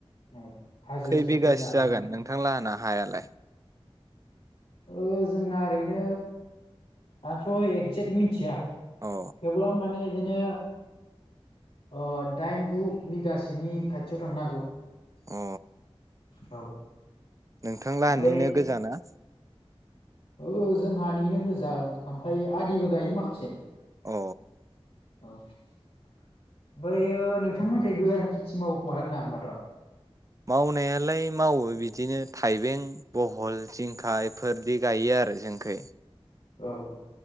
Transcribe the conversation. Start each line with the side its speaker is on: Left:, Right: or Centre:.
Left: औ हाजो
Right: खैबिगासो
Left: सेरखै जाहैयो
Right: जागोन
Left: माने
Right: नोंथां लोंहाना हायालाय,
Left: ओ जोंना ओरैनो आंथ' एगजेक्ट मिथिया
Right: अ
Left: थेवब्लाबो माने बिदिनो ओ दाइन गु बिगासोनि खाथियाव थांनो हागौ
Right: अ
Left: औ
Right: नोंथां
Left: ओमफ्राय
Right: लाहानिनो गोजानना?
Left: ओ जोंहानिनो गोजां ओमफ्राय आदिबो गायो माखासे
Right: अ
Left: ओमफायो नोंथांमोनसाय गोरान खेथि मावखोमादां ना होमबाथ'?
Right: मावनायालाय मावो बिदिनो थाइबें बहल जिंखा बेफोरदि गायो आरो जोंखै ।
Left: औ औ